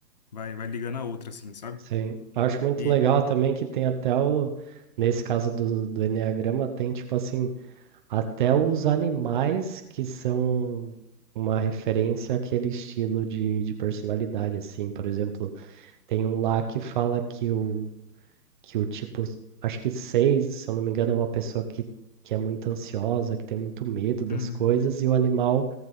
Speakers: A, on the left; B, on the right.
A: vai, vai ligando a outra, assim, sabe?
B: sim. Acho muito
A: E.
B: legal também que tem até o, nesse caso do, do Eneagrama, tem tipo assim, Até os animais que são uma referência àquele estilo de, de personalidade, assim. Por exemplo, tem um lá que fala que o, que o tipo, acho que seis, se eu não me engano, é uma pessoa que, que é muito ansiosa, que tem muito medo das
A: Uhum,
B: coisas, e o animal